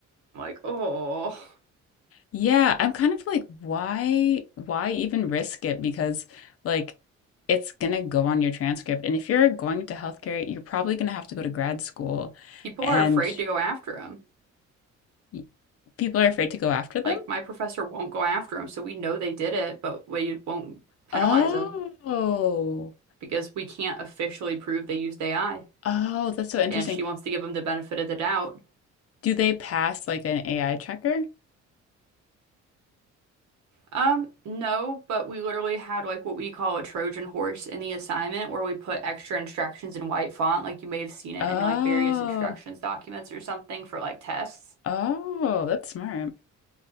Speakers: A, on the right; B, on the left.
A: like, oh.
B: Yeah. I'm kind of like, why? Why even risk it? Because, like, it's gonna go on your transcript. And if you're going to healthcare, you're probably gonna have to go to grad school.
A: People
B: And
A: are afraid to go after him.
B: y- people are afraid to go after them.
A: Like my professor won't go after him, so we know they did it, but we won't penalize
B: Oh.
A: him because we can't officially prove they used AI.
B: Oh, that's so interesting.
A: And she wants to give them the benefit of the doubt.
B: Do they pass like an AI checker?
A: Um, no, but we literally had like what we call a Trojan horse in the assignment where we put extra instructions in white font, like you may have seen it
B: Oh,
A: in like various instructions documents or something for like tests.
B: oh, that's smart.